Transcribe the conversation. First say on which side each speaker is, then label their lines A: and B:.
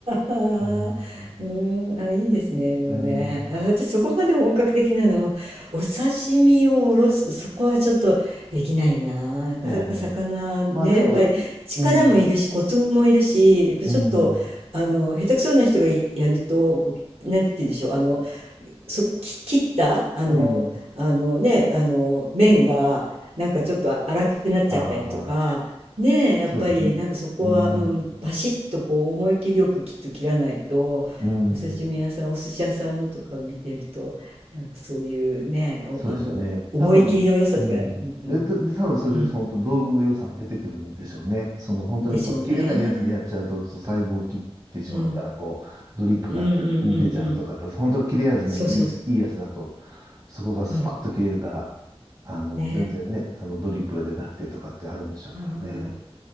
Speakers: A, on the right (about 70°); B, on the right (about 35°).
A: う
B: うん。
A: ーん、あ、いいですね。でもね、
B: うん。
A: あ、私そこまで本格的なのもお刺身をおろすそこはちょっとできないな。なかなか魚ねやっぱり力もいるしコツもいるしやっぱちょっとあの下手くそな人がいやるとこうなんて言うんでしょうあの
B: いやいやいや。まあでも、いうん、うん、
A: そ、き切ったあの、
B: うん。
A: あのね、あの麺がなんかちょっと粗くなっちゃったりとか、
B: ああ、
A: ねえ、やっぱりなんかそこは、
B: そうですね。うん、
A: うん、バシッとこう思い切りよくきっと切らないと、
B: うん。
A: お刺身屋さん、お寿司屋さんのとか見てると、なんかそういうね、お、
B: そうですよね。
A: あの、思い切りの良さとか、
B: 多分、うん。
A: うん、うん、
B: えで、で、多分それで本当道具の良さも出てくるんでしょうね。
A: うん
B: その本当にこう切れないやつでやっちゃうと、
A: でしょうね。
B: そう細胞を切ってしまうから、
A: うん、
B: こうドリップが出ちゃうとか、
A: うん、うん、うん、うん。
B: やっぱ本当切れ味のいい、
A: そうそうそ
B: いいやつだと、そこがスパッと切れるから、
A: う。うん。
B: あの、
A: ね
B: 全然ね、あのドリップが出なくてとかってあるんでしょうけどね。
A: え。はあ、